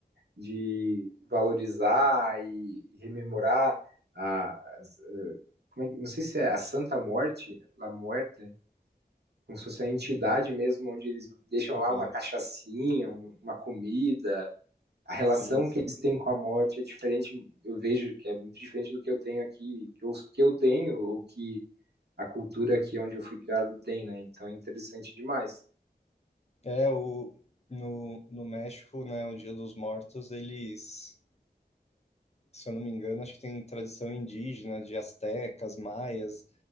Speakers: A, on the right (about 80°); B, on the left (about 40°).
A: de valorizar e, e rememorar a, as- como é que- não sei se é a Santa Morte, La Muerte, como se fosse a entidade mesmo, onde eles deixam
B: Uhum.
A: lá uma cachaçinha, um- uma comida. A relação
B: Sim.
A: que eles têm com a morte é diferente, eu vejo que é muito diferente do que eu tenho aqui, que eu, que eu tenho, ou que a cultura aqui onde eu fui criado tem, né? Então é interessante demais.
B: É, o, no, no México, né, o Dia dos Mortos, eles, se eu não me engano, acho que tem tradição indígena de astecas, maias,